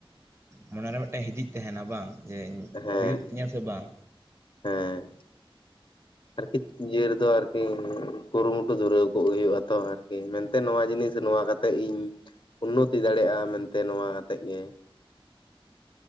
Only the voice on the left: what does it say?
ᱦᱮᱸ
ᱦᱮᱸ, ᱟᱨᱠᱤ ᱤᱭᱟᱹ ᱨᱮᱫᱚ ᱟᱨᱠᱤ ᱠᱩᱨᱩᱢᱩᱴᱩ ᱫᱷᱩᱨᱟᱹᱣ ᱠᱚᱜ ᱦᱩᱭᱩᱜ-ᱟ ᱛᱚ ᱟᱨᱠᱤ ᱢᱮᱱᱛᱮ ᱱᱚᱣᱟ ᱡᱤᱱᱤᱥ ᱱᱚᱣᱟ ᱠᱟᱛᱮᱜ ᱤᱧ ᱩᱱᱱᱚᱛᱤ ᱫᱟᱲᱮᱜ-ᱟ ᱢᱮᱱᱛᱮ ᱱᱚᱣᱟ ᱟᱛᱮᱫ ᱜᱮ